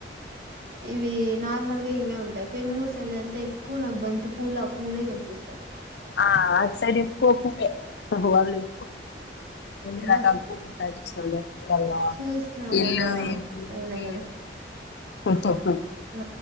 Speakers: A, on the right (about 50°); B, on the left (about 65°).
A: ఇవి నార్మల్ గా ఇవే ఉంటాయి పెన్నూరు సైడ్ అంతా ఎక్కువ నాకు బంతి పూలు ఆ పూలే కనిపిస్తానయి
B: ఆ సైడ్ ఎక్కువ పువ్వు ఏ కూడ వాళ్ళు ఎక్కువ కూ ఎన్ని
A: మొత్
B: రకాల పూలు ఉంటాయి చూస్తారు బ పూలల్
A: చూసిన
B: ఎల్లు
A: మొన్న
B: ఎలు
A: పోయినా
B: బి
A: కదా
B: చప్పు
A: ఆ